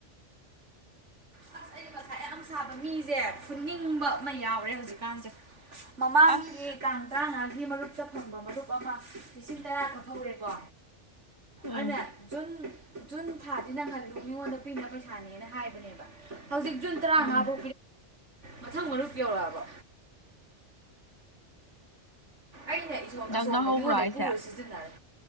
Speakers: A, on the right; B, on the left.
A: ꯑꯁ ꯑꯩꯅ ꯉꯁꯥꯏ ꯌꯥꯝ ꯁꯥꯕ ꯃꯤꯁꯦ ꯐꯨꯅꯤꯡꯕ ꯑꯃ ꯌꯥꯎꯔꯦ ꯍꯧꯖꯤꯛꯀꯥꯟꯁꯦ ꯃꯃꯥꯡꯒꯤ
B: ꯑꯁ
A: ꯇꯡ ꯇ꯭ꯔꯉꯥ ꯃꯔꯨꯞꯇ ꯐꯪꯕ ꯃꯔꯨꯞ ꯑꯃ ꯂꯤꯁꯤꯡ ꯇꯔꯥꯈꯛ <inaudible> ꯍꯧꯔꯦꯀꯣ
B: ꯎꯝ
A: ꯑꯩꯅꯥ ꯖꯨꯟ ꯖꯨꯟ ꯊꯥꯁꯤ ꯅꯪꯍꯜꯂꯨ ꯃꯤꯉꯣꯟꯗ ꯄꯤꯅꯕ ꯄꯩꯁꯅꯦꯅ ꯍꯥꯏꯕꯅꯦꯕ ꯍꯧꯖꯤꯛ ꯖꯨꯟ ꯇꯔꯥꯃꯉꯥꯕꯨ
B: ꯎꯝ
A: ꯃꯊꯪ ꯃꯔꯨꯞ ꯌꯧꯔꯛꯑꯕꯣ ꯑꯩꯅ ꯏꯁꯣꯝ
B: ꯅꯪꯅ
A: ꯑꯁꯣꯝꯗ
B: ꯍꯧꯕ꯭ꯔꯣ
A: ꯃꯤꯉꯣꯟꯗꯒꯤ
B: ꯍꯥꯏꯁꯦ
A: ꯄꯨꯔ ꯁꯤꯖꯤꯟꯅꯔꯦ